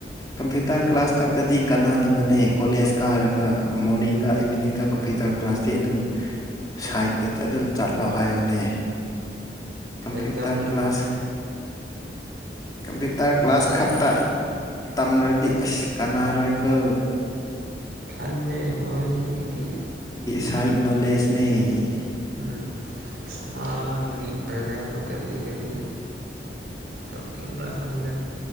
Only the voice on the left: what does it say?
ꯀꯝꯄ꯭ꯌꯨꯇꯔ ꯀ꯭ꯂꯥꯁ ꯈꯛꯇꯗꯤ ꯀꯅꯥꯗꯕꯅꯦ ꯀꯣꯂꯦꯖ ꯀꯥꯔꯒ ꯃꯣꯔꯅꯤꯡꯒ ꯏꯚꯤꯅꯤꯡꯒ ꯀꯝꯄ꯭ꯌꯨꯇꯔ ꯀ꯭ꯂꯥꯁꯇꯤ ꯑꯗꯨꯝ
ꯁꯥꯏꯠꯇ ꯑꯗꯨꯝ ꯆꯠꯂꯣ ꯍꯥꯏꯌꯣꯅꯦ computer
class computer
class ꯈꯛꯇ ꯇ ꯗꯤ ꯀꯅꯥꯔꯣꯀ
ꯁꯥꯏꯠ ꯅꯣꯂꯦꯖꯅꯦ